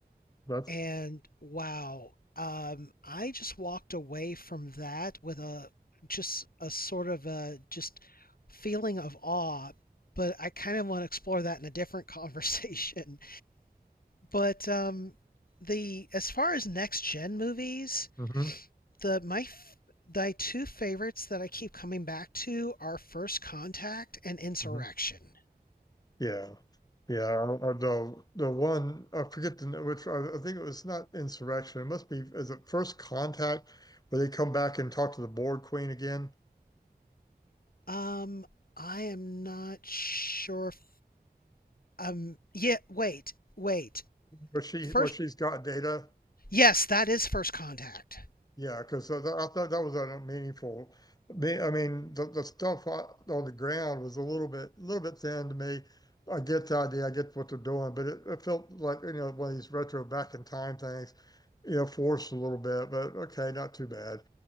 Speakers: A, on the left; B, on the left.
A: That's.
B: And wow, um, I just walked away from that with a just a sort of a just feeling of awe, but I kind of want to explore that in a different <laughs> conversation. But um, the as far as next gen movies,
A: hmm
B: the my f- my two favorites that I keep coming back to are First Contact and Insurrection.
A: hmm Yeah. Yeah. I- I- The the one I forget the name, which I, I think it was not Insurrection. It must be is it First Contact where they come back and talk to the board queen again,
B: Um, I am not sure if um yeah, wait, wait.
A: where she
B: First,
A: where she's got data.
B: yes, that is First Contact.
A: Yeah, because I thought that was a meaningful. me- I mean, the, the stuff o- on the ground was a little bit, little bit thin to me. I get the idea, I get what they're doing, but it, it felt like you know one of these retro back in time things, you know, forced a little bit. But okay, not too bad.